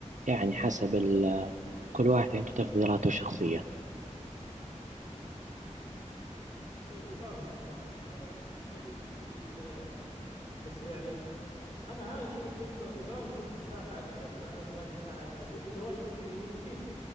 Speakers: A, on the right; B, on the left.
A: يعني حسب ال... كل واحد عنده تفضيلاته الشخصية
B: ايوه فاهمك فاهمك آه طيب آه بس يعني انا عارف انه يبغى لي بس مساحه اكثر انا يبغى لي مساحه اكثر لان الجوال الق- القديم